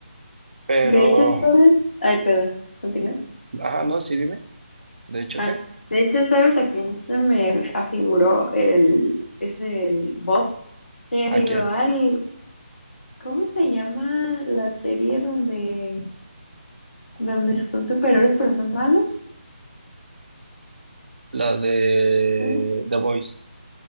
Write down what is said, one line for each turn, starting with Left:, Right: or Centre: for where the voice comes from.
Right: Pero,
Left: De hecho, ¿sabes? Ay, perdón, continúa.
Right: ajá, no, sí, dime. ¿De hecho
Left: Ah,
Right: qué?
Left: de hecho, ¿sabes a quién se me afiguró el, es el Bob? Se me afiguró
Right: ¿A quién?
Left: al, ¿cómo se llama la serie donde donde son superhéroes pero son malos.
Right: La de
Left: ¿sí?
Right: The Voice.